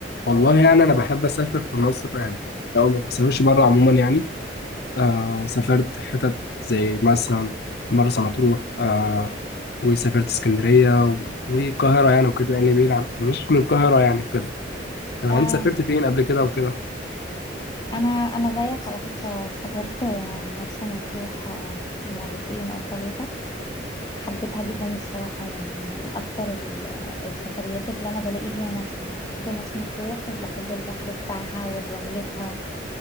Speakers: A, on the left; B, on the left.
A: والله يعني أنا بحب أسافر في مصر يعني لو ما بسافرش بره عموما يعني آه سافرت حتت زي مثلا مرسى مطروح آه وسافرت اسكندرية و- والقاهرة يعني وكده يعني بعيد عن مش من القاهرة يعني وكده آه
B: آه
A: أنت سافرت فين قبل كده وكده؟
B: انا انا زيك على فكره سافرت آه، مرسى مطروح آه، مرتين او ثلاثه حبيتها جدا بصراحه يعني من الاكتر ال- السفريات اللي انا بلاقي فيها نفسي بحب مرسى مطروح وبحب البحر بتاعها ورملتها